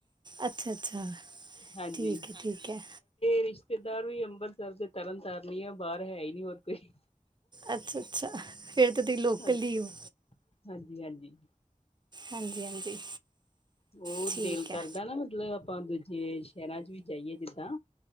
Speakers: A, on the right; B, on the left.
A: ਅੱਛਾ ਅੱਛਾ
B: ਹਾਂਜੀ।
A: ਠੀਕ ਹੈ ਠੀਕ ਹੈ
B: ਰਿਸ਼ਤੇਦਾਰ ਵੀ ਅੰਮਬਰ ਸਰ ਦੇ ਤਰਨ ਤਾਰਨ ਈ ਆ ਬਾਹਰ ਹੈ ਹੀ ਨੀ ਹੋਰ ਕੋਈ।
A: ਅੱਛਾ -ਅੱਛਾ ਫਿਰ ਤਾਂ ਤੁਸੀਂ ਲੋਕਲ
B: ਹਾਂਜੀ
A: ਹੀ ਹੋ।
B: ਹਾਂਜੀ- ਹਾਂਜੀ।
A: ਹਾਂਜੀ ਹਾਂਜੀ
B: ਉਹ
A: ਠੀਕ
B: ਦਿਲ ਕਰਦਾ
A: ਹੈ
B: ਨਾ ਮਤਲਬ ਆਪਾਂ ਦੂਜੇ ਸ਼ਹਿਰਾਂ ਚ ਵੀ ਜਾਈਏ ਜਿੱਦਾ